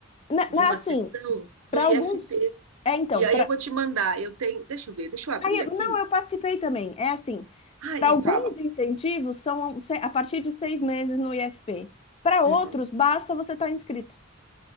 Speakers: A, on the left; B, on the right.
A: né,
B: de
A: né,
B: uma
A: assim,
B: sessão do
A: para
B: IFP.
A: alguns. É, então,
B: E aí eu vou te mandar. Eu tenho. Deixa eu ver, deixa eu abrir
A: Aí, eu-
B: aqui.
A: não, eu participei também. É assim,
B: Ah,
A: para
B: e
A: alguns
B: fala.
A: incentivos são um se- a partir de seis meses no IFP. Para
B: Uhum.
A: outros, basta você estar inscrito.